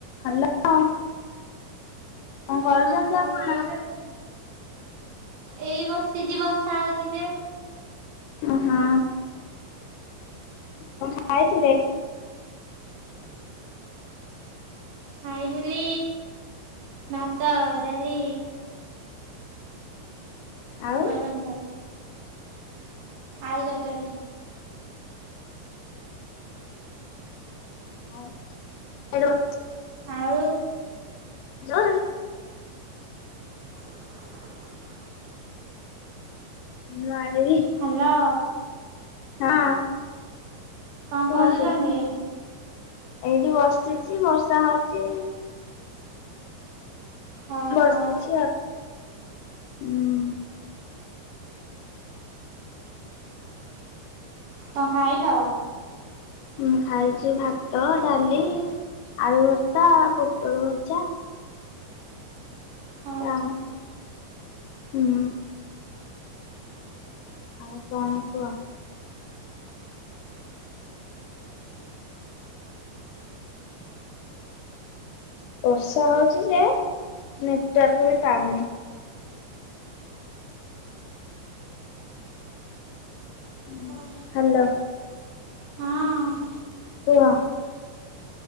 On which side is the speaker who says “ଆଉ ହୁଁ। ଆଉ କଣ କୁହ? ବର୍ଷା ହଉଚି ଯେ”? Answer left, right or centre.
Left